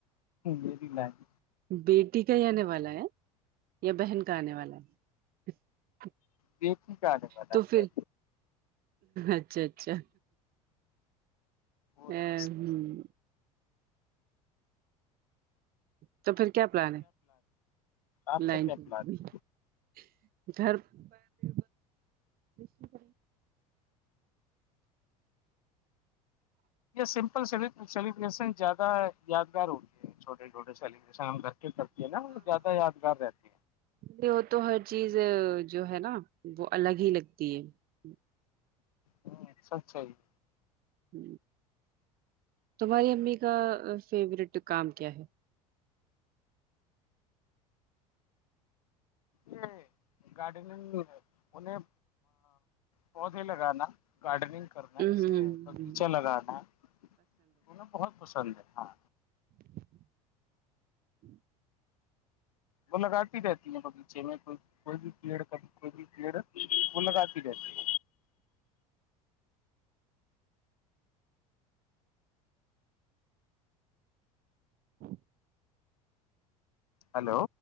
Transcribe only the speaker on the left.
میری لائ <unintelligible>
بیٹی کا آنے والا
ہے
فور
اگست
آپ
کا کیا
پلان ہے
یہ سمپل سلیبریشن زیادہ یادگار ہوتی ہے چھوٹے چھوٹے سیبریشندر <unintelligible> کرتی ہے نا وہ زیادہ یادگار رہتی ہے
ہوںچ سچھای <unintelligible>
یہ گارڈنگ انہیں پودے لگانا <unintelligible> گارڈننگ کرنا
ہے جیسے
باغیچہ لگانا ہے بہت پسند ہے ہاں
وہ لگاتی رہتی ہے بغیچے میں کو کوئی بھی پیڑ کبھی کوئی بھی پیڑ وہ لگاتی رہتی ہے
ہلو